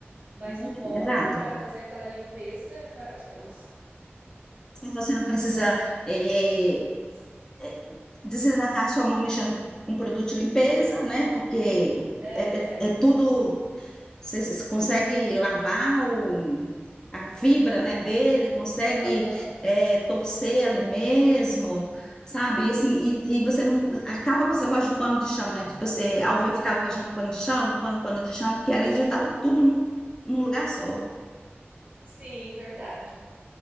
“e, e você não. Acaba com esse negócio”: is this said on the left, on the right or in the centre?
Left